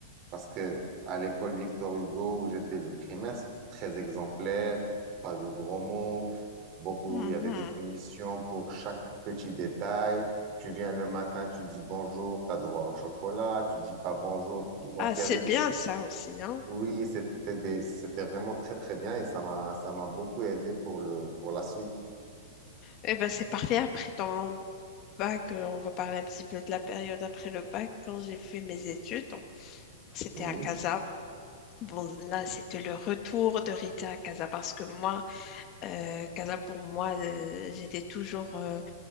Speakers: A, on the right; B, on the left.
A: parce que à l'école Victor Hugo où j'étais le primaire, c'était très exemplaire, pas de gros mots Beaucoup,
B: Mhm.
A: il y avait des punitions pour chaque petit détail. Tu viens le matin, tu dis bonjour, tu as droit au chocolat, tu dis pas bonjour. Donc,
B: Ah, c'est
A: il y avait
B: bien
A: des...
B: ça aussi, hein.
A: Oui, c'était des... c'était vraiment très, très bien et ça m'a, ça m'a beaucoup aidé pour le, pour la suite.
B: Eh ben, c'est parfait. Après ton bac, euh, on va parler un petit peu de la période après le bac. Quand j'ai fait mes études, c'était
A: Oui,
B: à Casa. Bon, là, c'était le retour de Rita à Casa parce que moi, euh, Casa, pour moi, euh, j'étais toujours euh,